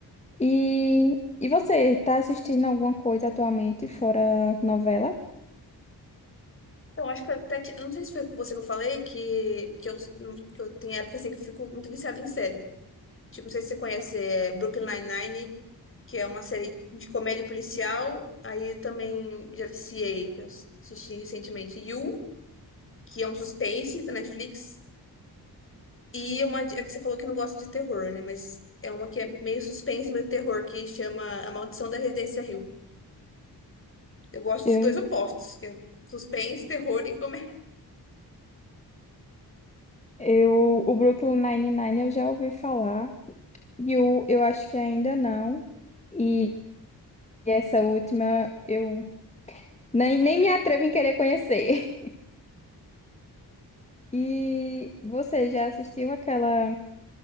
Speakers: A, on the left (about 15°); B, on the left (about 30°).
A: E, e você, tá assistindo alguma coisa atualmente fora novela?
B: Então, acho que eu até. te- eu Não sei se foi com você que eu falei que, que, eu, que eu tenho época assim que eu fico muito viciada em série. Tipo, não sei se você conhece é, Brooklyn Nine-Nine, que é uma série de comédia policial. Aí também já viciei, que eu assisti recentemente. You, que é um suspense da Netflix. E uma de- é que você falou que não gosta de terror, né? Mas é uma que é meio suspense, meio terror, que chama A Maldição da Residência Hill. Eu gosto
A: Eu,
B: de dois opostos, que é suspense, terror e comédia.
A: eu, o Brooklyn Nine-Nine eu já ouvi falar, e o, eu acho que ainda não. E essa última eu nem, nem me atrevo em querer conhecer. <laughs> E você já assistiu aquela,